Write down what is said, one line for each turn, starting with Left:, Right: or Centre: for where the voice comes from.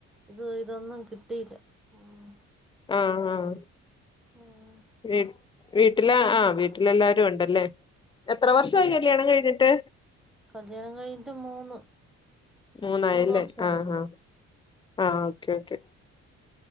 Centre: ഇത് ഇതൊന്നും കിട്ടിയില്ല ഉം
Left: ആഹ് ആഹ്
Centre: ഉം.
Left: <unintelligible> വീട്ടില ആ വീട്ടിലെല്ലാരും ഒണ്ടല്ലേ, എത്ര വർഷവായി കല്യാണം കഴിഞ്ഞിട്ട്?
Centre: കല്യാണം കഴിഞ്ഞിട്ട് മൂന്ന്
Left: മൂന്നായല്ലേ
Centre: മൂന്ന് വർഷമായി
Left: ആഹ് ആഹ് ആഹ് ഓക്കെ ഓക്കെ